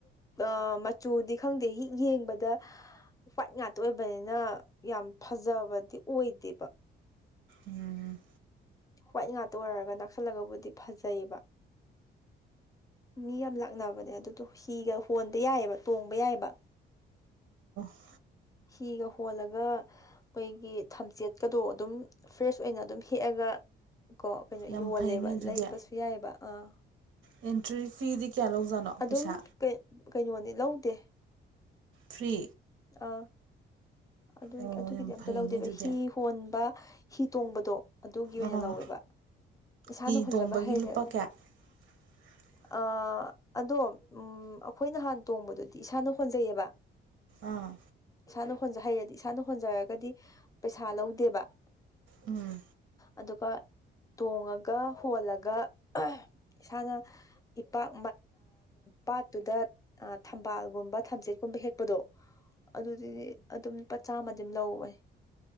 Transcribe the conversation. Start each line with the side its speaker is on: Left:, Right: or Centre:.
Left: ꯑ ꯃꯆꯨꯗꯤ ꯈꯪꯗꯦ ꯌꯦꯡꯕꯗ ꯋꯥ꯭ꯏꯠ ꯉꯥꯛꯇ ꯑꯣꯏꯕꯅꯤꯅ ꯌꯥꯝ ꯐꯖꯕꯗꯤ ꯑꯣꯏꯗꯦꯕ
Right: ꯎꯝ
Left: ꯋꯥꯏꯠ ꯉꯥꯛꯇ ꯑꯣꯏꯔꯒ ꯅꯛꯁꯜꯂꯒꯕꯨꯗꯤ ꯐꯖꯩꯑꯌꯦꯕ ꯃꯤ ꯌꯥꯝ ꯂꯥꯛꯅꯕꯅꯦ ꯑꯗꯨꯗꯣ ꯍꯤꯒ ꯍꯣꯟꯕ ꯌꯥꯏꯑꯕ ꯇꯣꯡꯕ ꯌꯥꯏꯑꯕ
Right: ꯎꯝ
Left: ꯍꯤꯒ ꯍꯣꯜꯂꯒ ꯃꯣꯏꯒꯤ ꯊꯝꯆꯦꯠꯀꯗꯣ ꯑꯗꯨꯝ ꯐ꯭ꯔꯦꯁ ꯑꯣꯏꯅ ꯑꯗꯨꯝ ꯍꯦꯛꯑꯒ ꯀꯣ ꯀꯩꯅꯣ
Right: ꯌꯥꯝ
Left: ꯌꯣꯜꯂꯦꯕ
Right: ꯐꯩꯅꯦ ꯑꯗꯨꯗꯤ
Left: ꯂꯩꯕꯁꯨ ꯌꯥꯏꯑꯕ ꯑꯥ
Right: ꯑꯦꯟꯇ꯭ꯔꯤ ꯐꯤꯗꯤ ꯀꯌꯥ ꯂꯧꯖꯥꯠꯅꯣ
Left: ꯑꯗꯨꯝ
Right: ꯄꯩꯁꯥ
Left: ꯀꯩꯅꯣꯅꯤ ꯂꯧꯗꯦ
Right: ꯐ꯭ꯔꯤ
Left: ꯑ ꯑꯗꯨ
Right: ꯑꯣ
Left: ꯑꯗꯨꯒꯤꯗꯤ
Right: ꯌꯥꯝ
Left: ꯑꯝꯇ
Right: ꯐꯩꯅꯦ
Left: ꯂꯧꯗꯦꯕ
Right: ꯑꯗꯨꯗꯤ
Left: ꯍꯤ ꯍꯣꯟꯕ ꯍꯤ ꯇꯣꯡꯕꯗꯣ ꯑꯗꯨꯒꯤ ꯑꯣꯏꯅ
Right: ꯑꯥ
Left: ꯂꯧꯋꯦꯕ ꯏꯁꯥꯅ
Right: ꯍꯤ
Left: ꯍꯣꯟꯖꯕ
Right: ꯇꯣꯡꯕꯒꯤ
Left: ꯍꯩꯔꯦ
Right: ꯂꯨꯄꯥ ꯀꯌꯥ <unintelligible>
Left: ꯑ ꯑꯗꯣ ꯎꯝ ꯑꯩꯈꯣꯏ ꯅꯍꯥꯟ ꯇꯣꯡꯕꯗꯨꯗꯤ ꯏꯁꯥꯅ ꯍꯣꯟꯖꯩꯌꯦꯕ
Right: ꯑꯥ
Left: ꯏꯁꯥꯅ ꯍꯣꯟꯖ ꯍꯩꯔꯗꯤ ꯏꯁꯥꯅ ꯍꯣꯟꯖꯔꯒꯗꯤ ꯄꯩꯁꯥ ꯂꯧꯗꯦꯕ
Right: ꯎꯝ
Left: ꯑꯗꯨꯒ ꯇꯣꯡꯉꯒ ꯍꯣꯜꯂꯒ ꯏꯁꯥꯅ ꯏꯄꯥꯛ ꯄꯥꯠꯇꯨꯗ ꯊꯝꯕꯥꯜꯒꯨꯝꯕ ꯊꯝꯆꯦꯠꯀꯨꯝꯕ ꯍꯦꯛꯄꯗꯣ ꯑꯗꯨꯗꯤ ꯆꯥꯝꯃꯗꯤꯝ ꯂꯧꯋꯦ